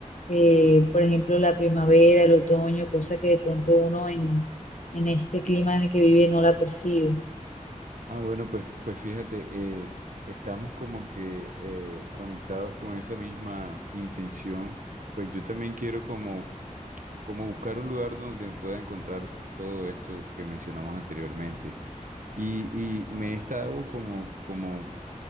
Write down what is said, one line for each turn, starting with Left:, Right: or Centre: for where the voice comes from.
Left: eh, por ejemplo, la primavera, el otoño, cosa que de pronto uno en, en este clima en el que vive no la percibe.
Right: Ah, bueno, pues, pues fíjate, eh, estamos como que eh, conectados con esa misma intención. Pues yo también quiero como, como buscar un lugar donde pueda encontrar todo esto que mencionamos anteriormente. Y, y me he estado como, como